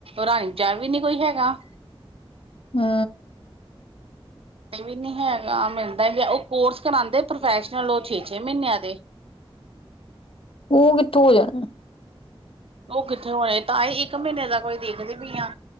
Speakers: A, on the right (about 80°); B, on the left (about 70°).
A: ਰਾਣੀ ਨੂੰ ਚੈਨ ਵੀ ਨੀ ਕੋਈ ਹੈਗਾ।
B: ਹੂੰ।
A: ਵੀ ਨੀ ਹੈਗਾ। ਮਿਲਦਾ ਗਿਆ ਉਹ ਕੋਰਸ ਕਰਾਂਦੇ ਪ੍ਰੋਫੈਸ਼ਨਲ ਉਹ ਛੇ- ਛੇ ਮਹੀਨਿਆਂ ਦੇ।
B: ਉਹ, ਕਿੱਥੋਂ ਹੋ ਜਾਣਾ ਆ।
A: ਉਹ, ਕਿੱਥੇ ਹੋਣੇ, ਤਾਂ ਇੱਕ ਮਹੀਨੇ ਦਾ ਕੋਈ <unintelligible> ਦੇਖਦੇ ਪਈ ਆ।